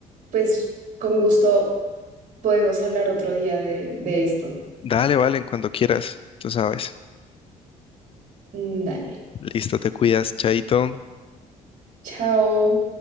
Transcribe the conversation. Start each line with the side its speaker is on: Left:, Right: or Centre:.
Right: pues con gusto podemos hablar otro día de, de esto.
Left: Dale, vale, cuando quieras, tú sabes.
Right: Mm, Dale.
Left: Listo, te cuidas, chaito.
Right: Chao.